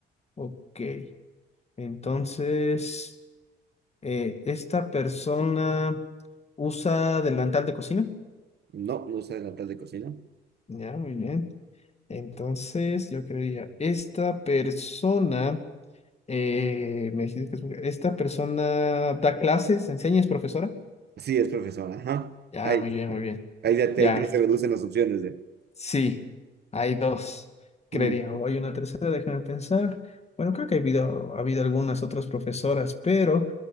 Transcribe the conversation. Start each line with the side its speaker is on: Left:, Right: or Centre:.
Left: Ok, entonces, eh, ¿esta persona usa delantal de cocina?
Right: No, no usa delantal de cocina.
Left: Ya, muy bien. Entonces, yo creería, esta persona, eh, me dijiste que es mujer, esta persona da clases, enseña, es profesora.
Right: Sí, es profesora. Ajá.
Left: Ya,
Right: Ahí,
Left: muy bien, muy bien.
Right: ahí ya, te,
Left: Ya,
Right: ahí ya se reducen las opciones. ya.
Left: sí, hay dos, creería.
Right: Mm.
Left: O hay una tercera, déjame pensar. Bueno, creo que ha habido, ha habido algunas otras profesoras, pero,